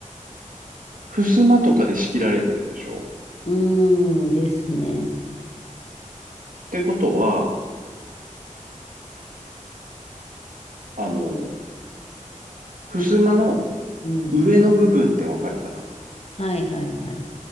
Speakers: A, on the right; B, on the left.
A: 襖とかで仕切られてるでしょ
B: うーんですね。
A: ってことは、あのー襖の
B: うん。
A: 上の部分ってわかるかな
B: はいはいはい。